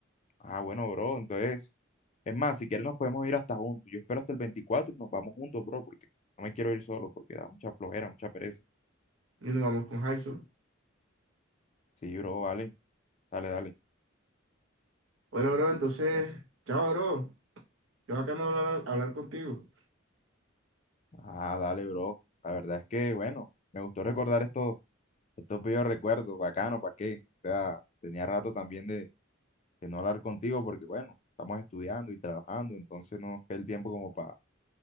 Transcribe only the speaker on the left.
Ah, bueno, bro, entonces. Es más, si quieres nos podemos ir hasta juntos. Yo espero hasta el 24 y nos vamos juntos, bro, porque no me quiero ir solo, porque da mucha flojera, mucha pereza.
Sí, bro, vale. Dale, dale.
Entonces,
ah, dale, bro. La verdad es que, bueno, me gustó recordar estos, estos viejos recuerdos, bacano, ¿para qué? O sea, tenía rato también de, de no hablar contigo, porque, bueno, estamos estudiando y trabajando, entonces no nos queda el tiempo como para